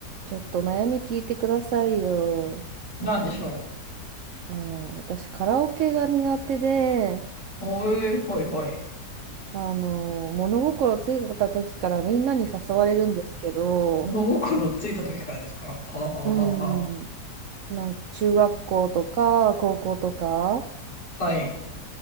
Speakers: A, on the right; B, on the left.
A: ちょっと悩み聞いてくださいよ。
B: なんでしょ
A: あの、私カラオケが苦手で、
B: う。おえー、ほいほい。
A: あの、物心ついた時からみんなに誘われるんですけど、
B: 物心ついた時からですかはあ、はあはあは
A: うん、なんか中学校とか高校とか
B: あ、はい。